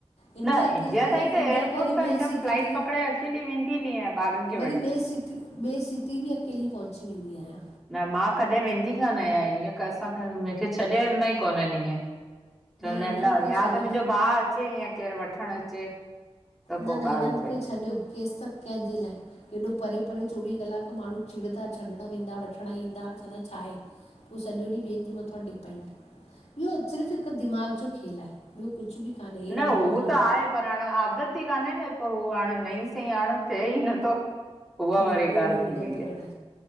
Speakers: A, on the left; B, in the centre.
A: इंडिया
B: न
A: अकेली वई आहेयां
B: ताईं त एयरपोर्ट
A: इंडिया खां वरी
B: ताईं
A: ॿिए
B: त
A: सिटी
B: फ्लाइट
A: ते
B: पकड़े अकेली वेंदी हली आहियां ॿारनि खे वठी।
A: वरी ॿिए सिी ॿिए सिटी बि अकेली पहुची वेंदी आहियां
B: न मां कॾहिं वेंदी कान आहियां ईअं क असांखे मूंखे छॾे वंदा ई कोन्हनि ईअं चवंदा
A: हिननि
B: आहिनि न
A: मूंखे
B: या
A: छॾियो
B: त मुंहिंजो भाउ अचे या केरु वठणु अचे त पोइ
A: न न हिननि
B: ॻाल्हि
A: मूंखे
B: थिए।
A: छॾियो केसि त कंहिंजे लाइ हेॾो परे परे चोवीह कलाक माण्हू चिड़ंदा छॾणु वेंदा वठणु ईंदा चवंदा छा आहे हूहो सॼो ॾींहुं ॿियनि जे मथां डिपेंड इहो सिर्फ़ु हिकु दिमाग़ु जो खेलु आहे ॿियो कुझु बि कोान्हे अहिड़ो
B: न
A: भउ
B: हू
A: कान्हे
B: त आहे पर हाणे आदत ई कान्हे न पोइ हू हाणे नई सईी हाणे थिए ई नथो उहा वारी
A: न उहो ई
B: ॻाल्हि
A: उहो ई
B: थी वई
A: डपु
B: आहे
A: करणु